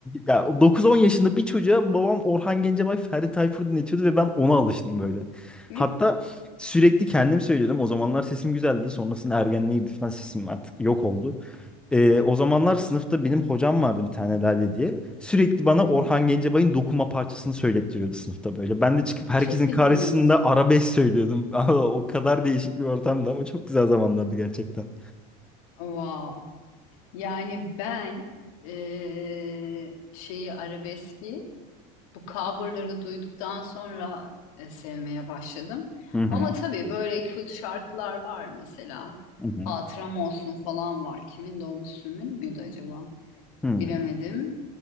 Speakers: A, in the centre; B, on the left.
A: Ya o 9-10 yaşında bir çocuğa babam Orhan Gencebay, Ferdi Tayfur dinletiyordu ve ben ona alıştım böyle.
B: Hı
A: Hatta Sürekli kendim söylüyordum. O zamanlar sesim güzeldi. Sonrasında ergenliğe girdik falan sesim artık yok oldu. Ee, o zamanlar sınıfta benim hocam vardı bir tane Lale diye. Sürekli bana
B: hı.
A: Orhan Gencebay'ın dokunma parçasını söylettiriyordu sınıfta böyle. Ben de çıkıp herkesin
B: Çok
A: karşısında
B: ilginç.
A: arabesk söylüyordum. <laughs> O kadar değişik bir ortamdı ama çok güzel zamanlardı gerçekten.
B: Wow. Yani ben eee, şeyi arabeski bu coverları duyduktan sonra e, sevmeye başladım.
A: Hı hı.
B: Ama tabii böyle kült şarkılar var mesela.
A: Hı hı.
B: Hatıram olsun falan var. Kimin de o Müslüm'ün müydü acaba?
A: Hı.
B: Bilemedim.